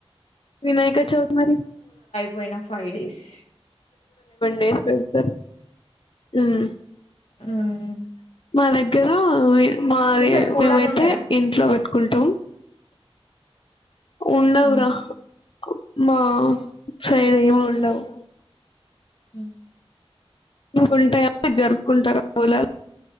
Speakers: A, on the left; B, on the left.
A: వినాయక చౌధరి
B: పోయినా ఫైవ్ డేస్
A: చేసి పెడ్తారు ఉమ్
B: ఉమ్
A: మా దగ్గర వెయ్ మాది
B: మీ సైడ్ పోలాలు
A: మేమైతే
B: ఉంటాయా
A: ఇంట్లో పెట్ కుంతం ఉండవరా
B: ఆహా
A: ఆ మా సైడ్ ఏమి ఉండవు
B: ఉ
A: అకుంటాయా జరుపుకుంటారు పలాలు